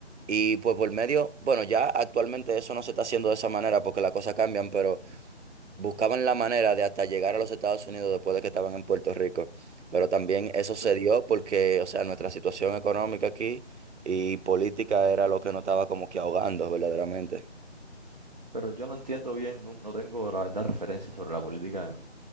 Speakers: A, on the right; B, on the right.
A: Y pues por medio, bueno, ya actualmente eso no se está haciendo de esa manera porque las cosas cambian, pero buscaban la manera de hasta llegar a los Estados Unidos después de que estaban en Puerto Rico. Pero también eso se
B: Sí.
A: dio porque, o sea, nuestra situación económica aquí y política era lo que nos estaba como que ahogando verdaderamente.
B: Pero yo no entiendo bien, no, no tengo la verdad referencia sobre la política en,